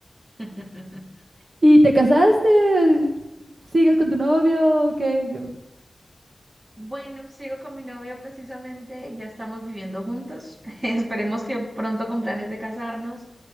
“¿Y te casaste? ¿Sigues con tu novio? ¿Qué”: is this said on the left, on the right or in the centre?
Right